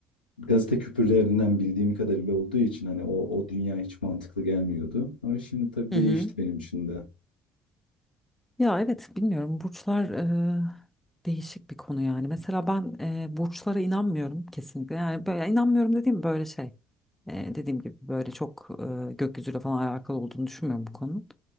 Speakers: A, on the left; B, in the centre.
A: gazete küpürlerinden bildiğim kadarıyla olduğu için hani o, o dünya hiç mantıklı gelmiyordu. Ama şimdi tabii
B: Hı
A: değişti
B: hı.
A: benim için de.
B: Ya evet bilmiyorum burçlar e, değişik bir konu yani. Mesela ben e, burçlara inanmıyorum kesinlikle. Yani böyle inanmıyorum dediğim böyle şey. E, dediğim gibi böyle çok e, gökyüzüyle falan alakalı olduğunu düşünmüyorum bu konunun.